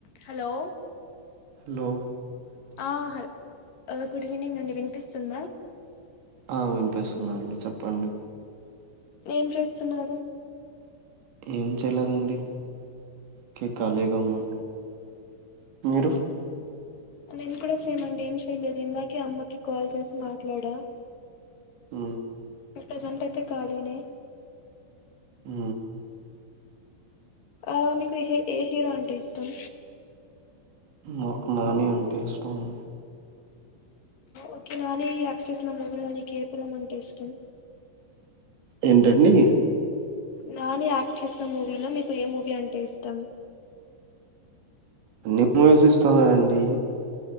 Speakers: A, on the left; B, on the right.
A: హలో
B: లో
A: ఆ హ ఆ గుడ్ ఈవెనింగ్ అండి వినిపిస్తుందా
B: ఆ వినుపిస్ స్తుందండి చెప్పండి
A: ఏం చేస్తున్నారు
B: ఏం చేయలేదండి కే కాలేగా ఉన్నాం మీరు
A: ేను కూడా స చేయమండి ఏం చెయలేదు ఇందకే అమ్మ కె కాల్ చేసి మాట్లాడా
B: అ
A: ప్రెసెంట్ అయితే ఖాళీనే
B: ఆ
A: ఆ మీకు ఏ ఏ హీరో అంటే ఇష్టం
B: నాకు నాని అంటే ఇష్టం ఉ
A: ఓకే నాని యాక్ట్ చేసిన మూవీలో నీకు ఏ ఫిలిం అంటే ఇష్టం
B: ఏంటండి
A: నాని యాక్ట్ చెస్ నా మూవీలో మీకు ఏ మూవీ అం టేష్టం
B: అన్ని మూవస్ ఇష్టమే అండి